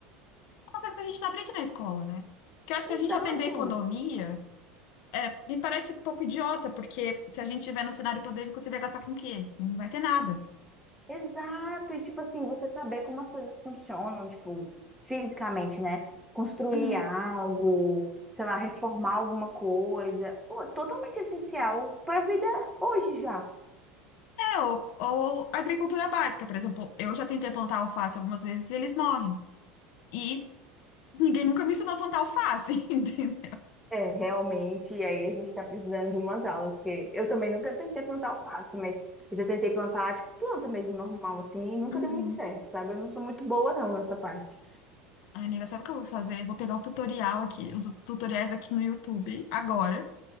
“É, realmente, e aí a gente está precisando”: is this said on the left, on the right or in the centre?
Centre